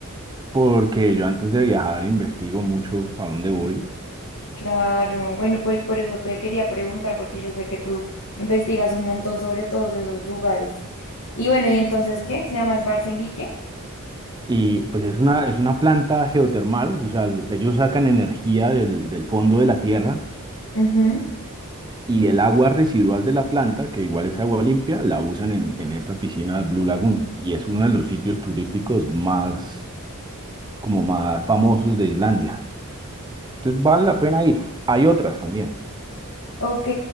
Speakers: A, on the right; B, on the left.
A: Porque yo antes de viajar investigo mucho a dónde voy
B: Claro, bueno, pues por eso te quería preguntar, porque yo sé que tú investigas un montón sobre todos esos lugares. Y bueno, ¿y entonces qué? ¿Se llama Sbartsenki qué?
A: Y pues es una, es una planta geotermal, o sea, lo- ellos sacan energía del, del fondo de la tierra
B: Ujú.
A: y el agua residual de la planta, que igual es agua limpia, la usan en, en esta piscina Blue Lagoon. Y es uno de los sitios turísticos más, como más famosos de Islandia. Entonces vale la pena ir. Hay otras también.
B: Ok,